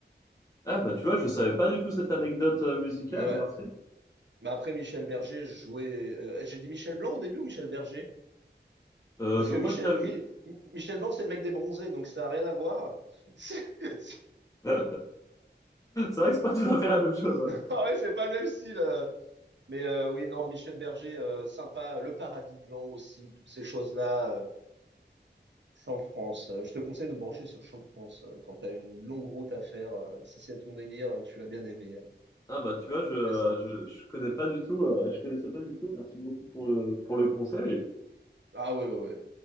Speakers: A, on the left; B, on the right.
A: Ah bah tu vois, je
B: Et-
A: savais pas du tout cette anecdote euh, musicale,
B: Ouais.
A: merci.
B: Mais après, Michel Berger jouait. euh, j'ai dit Michel Blanc au début ou Michel Berger?
A: Euh,
B: Parce
A: je
B: que
A: crois
B: Michel,
A: que t'as vu.
B: Mi- Michel Blanc, c'est le mec des bronzés, donc ça n'a rien à voir. <laughs> C'est, c'est-
A: <laughs> C'est vrai que c'est pas tout à fait la même chose. ouais.
B: Ah ouais, c'est pas le même style. euh. Mais euh, oui, non, Michel Berger, euh, sympa. euh, Le paradis blanc aussi, toutes ces choses-là. euh, Champ de France. Euh, Je te conseille de te brancher sur Champ de France euh, quand tu as une longue route à faire. euh, si c'est ton délire, euh, tu vas bien aimer. euh.
A: Ah bah tu vois, je, euh,
B: C'est simple.
A: je, je connais pas du tout, euh, je connaissais pas du tout. Merci beaucoup pour le, pour le conseil.
B: Ah oui, oui, oui.